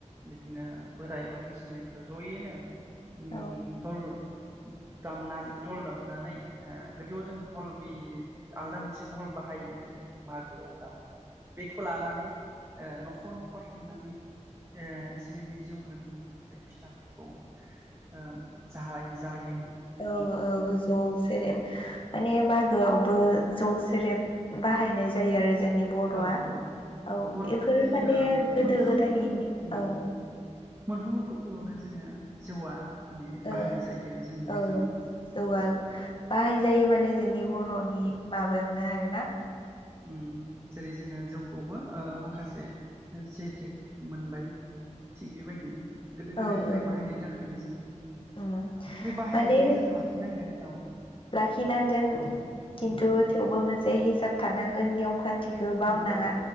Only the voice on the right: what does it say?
बिदिनो बोराय एबा बैसो जानायफोरा जयैनो उय
थल दामना धल दामनानै ओ गोदोआव जों धल बे आलदा मोनसे धल बाहायोमोन नो। मागोआव दामनाय बेखौ लानानै ओ नख <unintelligible> नखर थांनानै एसे एनै जौ लोङोमोन ओमफ्राय फिथाफोरखौ ओम जाय-जायो
औ औ
बर'फोरनि
ओ
मोनफ्रोमबो
उम
मोनफ्रोमबो फोर्बोआवनो जोङो जौआ माने बाहायजायो
आरो जोंनि गेजेराव
उम जेरै जोङो जौखौबो ओ माखासे जि आइ थेक मोनबाय थिग बेबायदिनो गोदो
गोदायनिफ्राय
बाहायनायनि थाखाय खायनो जों
बे बाहायनायखौबो
जोङो लाखिनांगोन। औ।
उम
नंगौ